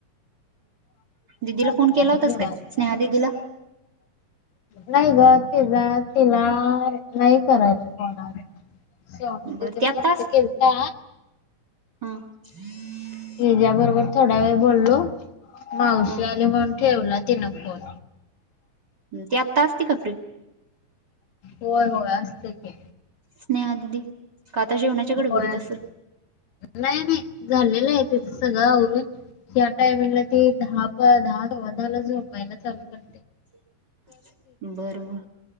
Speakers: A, on the right; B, on the left.
A: दिदीला फोन
B: होय
A: केला होतास
B: निवांत
A: काय? स्नेहा दिदीला?
B: नाही ग तिला तिला नाही करायला <unintelligible> <unintelligible>
A: बर ती आत्तास
B: फक्त केलता
A: हा <unintelligible>
B: तिज्या बरोबर थोडा वेळ बोललो मावशी
A: हा
B: आली म्हणून ठेवला तिनं फोन
A: म आत्ता असती का फ्री
B: होय होय असत्या की
A: स्नेहा दिदी कातर जेवणाच्या
B: होय
A: गडबडीत
B: अस
A: असल
B: नाही नाही झालेलं आहे तीच सगळं आवरून. या टायमिंगला ती द दहा दहा ला झोपायला चालू क
A: <unintelligible> बर म